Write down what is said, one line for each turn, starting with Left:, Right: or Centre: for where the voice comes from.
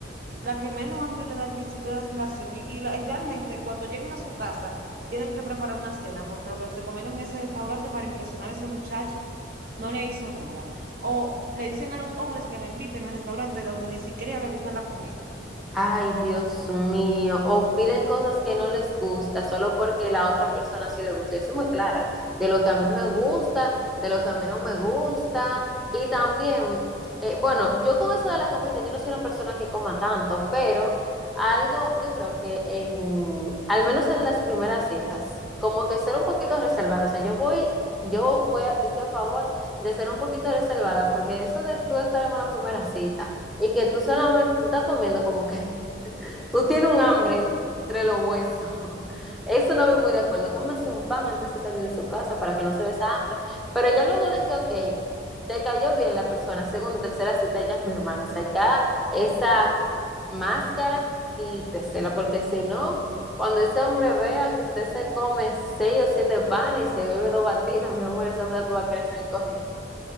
Right: la que menos hambre le da al principio de la relación y, y la- y realmente cuando llegan a su casa tienen que preparar una cena porque lo que se comieron en ese restaurante para impresionar a ese muchacho no le hizo nada. O le dicen a los hombres que la inviten al restaurante donde ni siquiera le gustan la comida.
Centre: Ay, Dios mío, o piden cosas que no les gusta solo porque la otra persona sí le gusta. Yo soy muy clara de lo que a mí me gusta, de lo que a mí no me gusta. Y también, eh, bueno, yo con eso de la comida, yo no soy una persona que coma tanto, pero algo, yo creo que en, al menos en las primeras citas, como que ser un poquito reservado. O sea, yo voy, yo voy, a- yo estoy a favor de ser un poquito reservada, porque eso de tú estar en una primera cita. Y que tú solamente, tú estás comiendo como que Tú tienes un hambre entre los huesos. <laughs> Eso no voy muy de acuerdo. Cómese un pan antes de salir de su casa para que no se vea esa hambre. Pero ya luego de que, ok, te cayó bien la persona, segunda, tercera cita, ya es mi hermana. O sea, ya esa máscara, quítesela, porque si no, cuando ese hombre vea que usted se come seis o siete panes y se bebe dos batidas, mi amor, ese hombre va a querer salir corriendo.